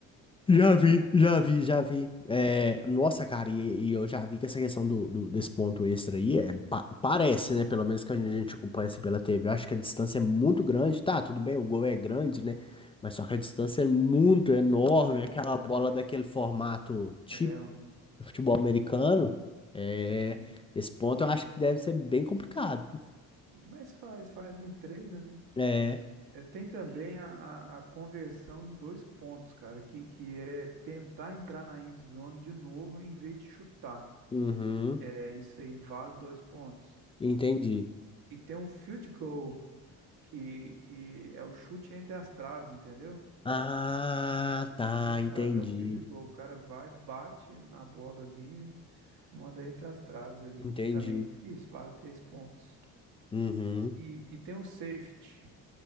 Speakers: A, on the left; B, on the right.
A: Já
B: tá?
A: vi, já vi, já vi. É, nossa, cara, e, e eu já vi que essa questão do, do- desse ponto extra aí é, pa- parece, né? Pelo menos que a
B: Uhum.
A: gente, a gente acompanha assim pela TV. Eu acho que a distância é muito grande, tá? Tudo bem, o gol é grande, né? Mas só que a distância é muito enorme.
B: É,
A: Aquela
B: ué,
A: bola daquele formato típico
B: é, é, ué,
A: do futebol americano. É,
B: é.
A: esse ponto eu acho que deve ser bem complicado.
B: Mas faz, faz muito treino, né?
A: É,
B: É, tem também a, a- a conversão de dois pontos, cara, que, que é tentar entrar na end zone de novo em vez de chutar.
A: uhum,
B: É isso aí, vale dois pontos.
A: entendi.
B: E tem um field goal, que, que é o chute entre as traves, entendeu?
A: Ah,
B: Chute
A: tá,
B: entre as
A: entendi,
B: traves, é o field goal. O cara vai, bate na bola ali, manda entre as traves ali.
A: entendi.
B: Também é difícil, vale três pontos.
A: Uhum.
B: E, e tem o safety.